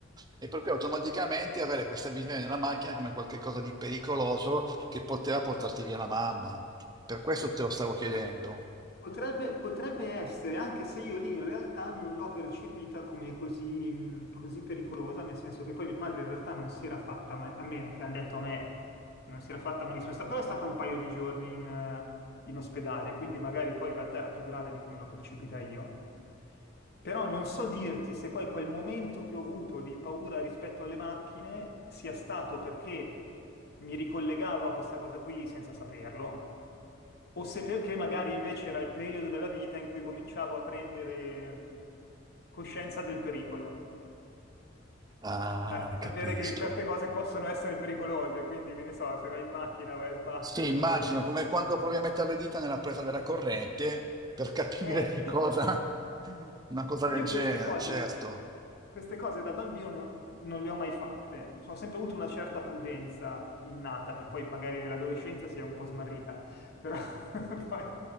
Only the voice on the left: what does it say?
Potrebbe, potrebbe essere, anche se io lì in realtà non l'ho percepita come così, mh, così pericolosa, nel senso che poi mia madre in realtà non si era fatta male, a meno che hanno detto a me, non si era fatta malissimo, È sta- però è stata un paio di giorni in, eh, in ospedale, quindi magari poi in realtà era più grave di come l'ho percepita io. Però non so dirti se poi quel momento che ho avuto di paura rispetto alle macchine sia stato perché mi ricollegavo a questa cosa qui senza saperlo, o se perché magari invece era il periodo della vita in cui cominciavo a prendere coscienza del pericolo.
a sapere
che certe cose possono essere pericolose, quindi che ne so, se vai in macchina vai a sbattere
o quello che...
Eh,
io,
Io
queste cose,
queste cose da bambino non, non le ho mai fatte. Ho sempre avuto una certa prudenza innata, che poi magari nell'adolescenza si è un po' smarrita, però <laughs> poi